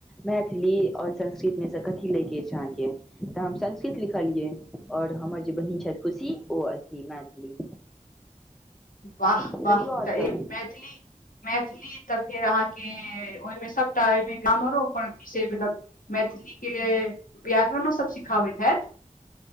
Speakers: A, in the centre; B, on the left.
A: मैथिली और संस्कृत मे सऽ कथी लै के अछि अहाँके तऽ हम संस्कृत लिखलियै आओर हमर जे बहीन छथि खुशी ओ अथी मैथिली
B: वाह
A: कहियौ
B: वाह
A: आओर
B: तऽ एक
A: सब
B: मैथिली मैथिली तऽ फेर अहाँके ओहिमे सभटा ओहिमे कामरो पर <unintelligible> मतलब मैथिली के व्याकरणो सभ सिखाबैत हैत